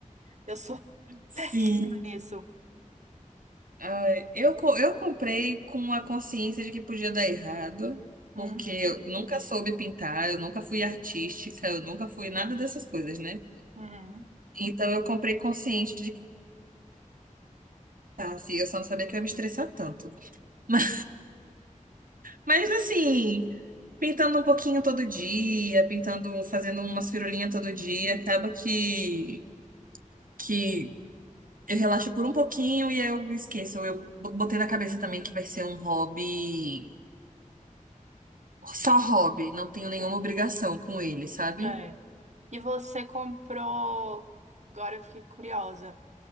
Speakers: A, on the right; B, on the right.
A: Eu sou <laughs>
B: Sim.
A: péssima nisso.
B: Ai, eu, co- eu comprei com a consciência de que podia dar errado, porque
A: Uhum,
B: eu nunca soube pintar, eu nunca fui artística, eu nunca fui nada dessas coisas, né?
A: uhum.
B: Então eu comprei consciente de que tá, assim, eu só não sabia que eu ia me estressar tanto. <laughs> Mas, mas assim, pintando um pouquinho todo dia, pintando, fazendo umas firulinhas todo dia, acaba que, que eu relaxo por um pouquinho e eu esqueço. Eu botei na cabeça também que vai ser um hobby. Só hobby, não tenho nenhuma
A: <laughs>
B: obrigação com ele, sabe?
A: É. E você comprou. Agora eu fiquei curiosa.